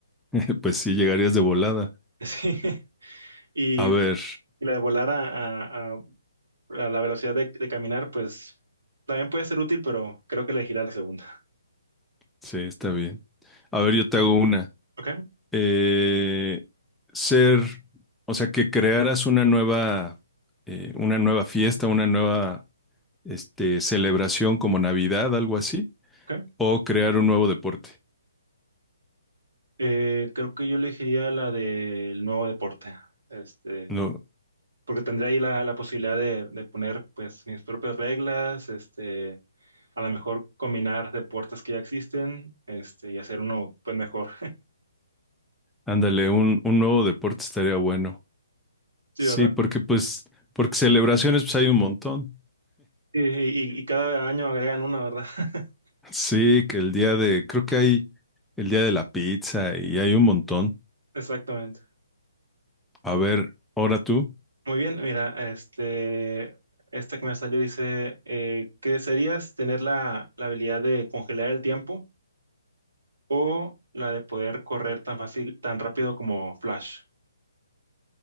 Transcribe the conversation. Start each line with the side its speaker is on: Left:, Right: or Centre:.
Centre: <laughs> Pues sí, llegarías de volada.
Right: Sí. Y
Centre: A ver,
Right: la de volar a, a- a- a la velocidad de, de caminar, pues también puede ser útil, pero creo que elegiría la segunda.
Centre: sí, está bien. A ver, yo te hago una.
Right: ¿Ok?
Centre: Eh, ser, o sea, que crearas una nueva, eh, una nueva fiesta, una nueva, este, celebración como Navidad, algo así,
Right: ¿Ok?
Centre: o crear un nuevo deporte.
Right: Eh, creo que yo elegiría la del nuevo deporte. Este,
Centre: No.
Right: porque tendría ahí la, la posibilidad de, de poner pues mis propias reglas, este, a lo mejor combinar deportes que ya existen, este, y hacer uno pues mejor.
Centre: Ándale, un, un nuevo deporte estaría bueno.
Right: <laughs>
Centre: Sí,
Right: Sí, ¿verdad?
Centre: porque pues, porque celebraciones pues hay un montón.
Right: Y, y- y cada año agregan una, ¿verdad? <laughs>
Centre: Sí, que el día de, creo que hay el día de la pizza y hay un montón.
Right: Exactamente.
Centre: A ver, ahora tú,
Right: Muy bien, mira, este, esta que me salió dice, eh, ¿qué desearías tener la, la habilidad de congelar el tiempo o la de poder correr tan fácil, tan rápido como Flash?